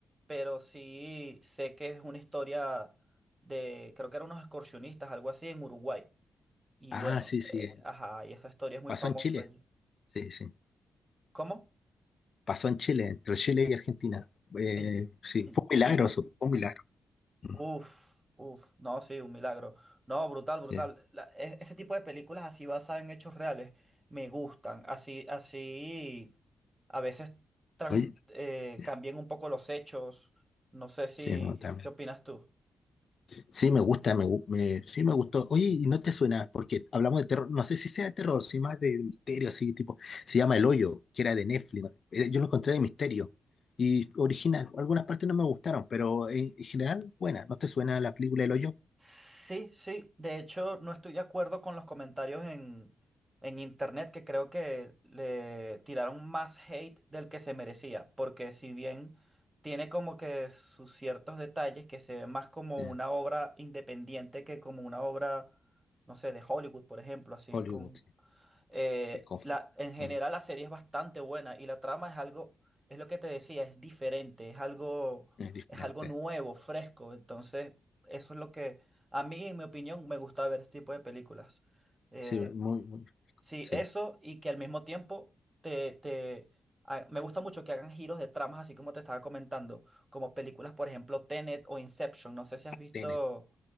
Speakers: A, on the right; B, on the left.
A: pero sí sé que es una historia de, creo que eran unos excursionistas, algo así, en Uruguay. Y
B: Ah,
A: bueno,
B: sí, sí.
A: eh,
B: eh,
A: ajá, y esa historia es muy
B: Pasó
A: famosa
B: en Chile.
A: allí.
B: Sí, sí.
A: ¿Cómo?
B: Pasó en Chile, entre Chile y Argentina. Eh,
A: En,
B: sí,
A: en
B: fue
A: Chile.
B: un milagro eso, fue un milagro. Mm,
A: Uf, uf, no, sí, un milagro. No, brutal, brutal.
B: sí.
A: La- e- ese tipo de películas así basadas en hechos reales me gustan. Así, así, a veces tran-
B: Oye,
A: eh,
B: ya,
A: cambian un poco los hechos. No sé si,
B: sí, bueno, también.
A: ¿qué opinas tú?
B: Sí, me gusta, me, gu- me- sí me gustó. Oye, ¿y no te suena? Porque hablamos de terror, no sé si sea de terror, si más de misterio, así tipo, se llama El Hoyo, que era de Netflix. ¿no? Eh, Yo lo encontré de misterio y original. Algunas partes no me gustaron, pero en, en general, buena. ¿No te suena la película El Hoyo?
A: Sí, sí. De hecho, no estoy de acuerdo con los comentarios en, en internet que creo que le tiraron más hate del que se merecía. Porque si bien tiene como que sus ciertos detalles que se ven más como
B: Eh,
A: una obra independiente que como una obra, no sé, de Hollywood, por ejemplo, así
B: Hollywood,
A: con
B: sí,
A: eh,
B: sí, confu-
A: la, en general
B: mm,
A: la serie es bastante buena y la trama es algo, es lo que te decía, es diferente, es algo,
B: es diferente.
A: es algo nuevo, fresco. Entonces, eso es lo que a mí, en mi opinión, me gusta ver este tipo de películas. Eh,
B: Sí, muy, muy,
A: sí,
B: sí.
A: eso y que al mismo tiempo te, te, a- me gusta mucho que hagan giros de tramas, así como te estaba comentando, como películas, por ejemplo, Tenet o Inception. No sé si has visto,
B: Tenet,